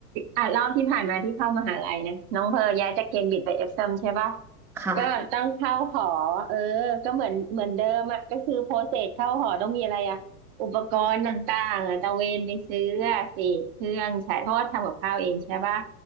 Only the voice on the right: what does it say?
อ่ะรอบที่ผ่านมาที่เข้ามหาลัยนะน้องเพอย้ายจากเคมบริดจ์ไปเอฟซัมใช่ปะ
ก็ต้องเข้าหอเออก็เหมือนเหมือนเดิมอ่ะก็คือโปรเซสเข้าหอต้องมีอะไรอ่ะอุปกรณ์ต่างๆอ่ะตะเวนไปซื้ออะสิเครื่องใช้เพราะว่าทำกับข้าวเองใช่ปะ